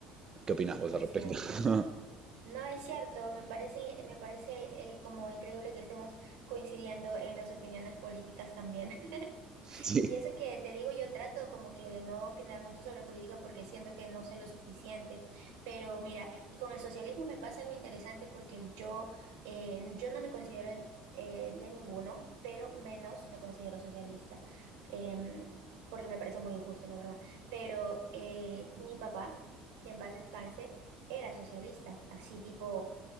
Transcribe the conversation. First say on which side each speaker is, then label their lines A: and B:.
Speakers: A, on the right; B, on the right.
A: ¿Qué opinas vos
B: es
A: al respecto?
B: cierto.
A: <laughs>
B: No es cierto, me parece, me parece eh, como increíble que estemos coincidiendo en las opiniones políticas también.
A: sí.
B: Y eso que te digo, yo trato como que de no opinar mucho sobre política porque siento que no sé lo suficiente. Pero mira, y con el socialismo me pasa algo interesante porque yo, eh, yo no me considero en- eh, de ninguno, pero menos me considero socialista, em, porque me parece muy injusto, la verdad. Pero eh, mi papá, que en paz descanse, era socialista, así tipo